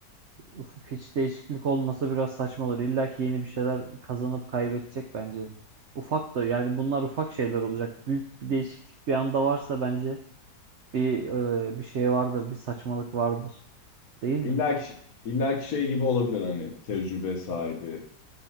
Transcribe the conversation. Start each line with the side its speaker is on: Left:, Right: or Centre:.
Right: Uf, hiç değişiklik olmasa biraz saçma olur. illaki yeni bir şeyler kazanıp kaybedecek bence. Ufak da yani bunlar ufak şeyler olacak. Büyük bir değişiklik bir anda varsa bence bir e, bir şey vardır, bir saçmalık vardır. Değil
Left: illa
Right: mi?
Left: ki, illa ki şey gibi olabilir hani tecrübe sahibi.